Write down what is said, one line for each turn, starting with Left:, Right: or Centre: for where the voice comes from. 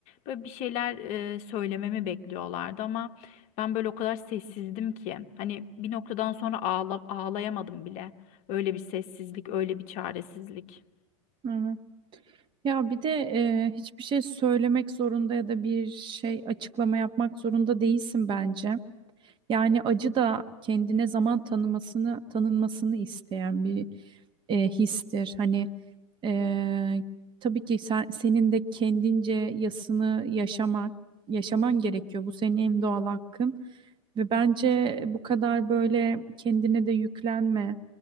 Left: Böyle bir şeyler e, söylememi bekliyorlardı ama ben böyle o kadar sessizdim ki hani bir noktadan sonra ağla, ağlayamadım bile. Öyle bir sessizlik, öyle bir çaresizlik.
Right: Evet. Ya bir de e, hiçbir şey söylemek zorunda ya da bir şey açıklama yapmak zorunda değilsin bence. Yani acı da kendine zaman tanımasını tanınmasını isteyen bir e, histir. Hani e, tabii ki sen, senin de kendince yasını yaşamak yaşaman gerekiyor. Bu senin en doğal hakkın ve bence bu kadar böyle kendine de yüklenme.